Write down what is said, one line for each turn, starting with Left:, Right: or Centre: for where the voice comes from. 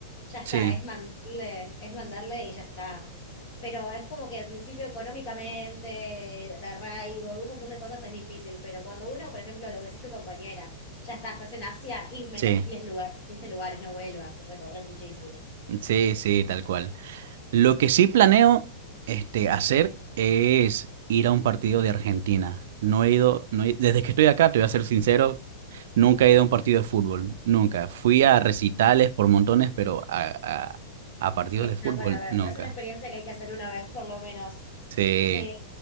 Left: ya está,
Right: Sí,
Left: es mandarle, es mandarle y ya está. Pero es como que al principio económicamente, de arraigo, un montón de cosas es difícil, pero cuando uno, por ejemplo, lo que decís tu compañera, ya está estás en Asia y metes
Right: sí,
Left: 10 lugares, 15 lugares, no vuelvas, recorres muchísimo.
Right: sí, sí, tal cual. Lo que sí planeo este, hacer es ir a un partido de Argentina. No he ido, no he- desde que estoy acá, te voy a ser sincero, nunca he ido a un partido de fútbol, nunca. Fui a recitales por montones, pero a, a, a partidos
Left: Está
Right: de fútbol,
Left: para verlo.
Right: nunca.
Left: Es una experiencia que hay que hacer una vez, por lo menos.
Right: Sí.
Left: Eh,